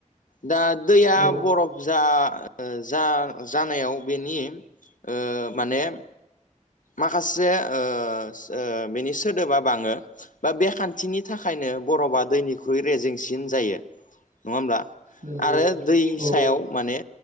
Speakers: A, on the left; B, on the right.
A: दा दैया
B: औ
A: बरफ जा ओ जा जानायाव बेनि ओ माने माखासे ओस ओ बेनि सोदोबा बाङो बा बे खान थिनि थाखायनो बरफआ दैनिख्रुइ रेजेंसिन जायो। नङा होमब्ला?
B: नंगौ
A: आरो दै
B: औ
A: सायाव माने